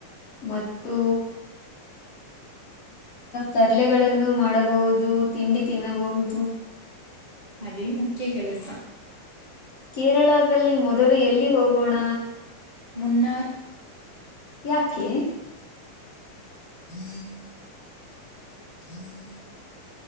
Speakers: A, on the left; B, on the right.
A: ಮತ್ತು. ತರ್ಲೆಗಳನ್ನು ಮಾಡಬಹುದು ತಿಂಡಿ ತಿನ್ನಬಹುದು
B: ಅದೇ ಮುಖ್ಯ ಕೆಲಸ
A: ಕೇರಳದಲ್ಲಿ ಮೊದಲು ಎಲ್ಲಿ ಹೋಗೋಣ
B: ಮುನ್ನಾರ್
A: ಯಾಕೆ
B: <inaudible> <unintelligible>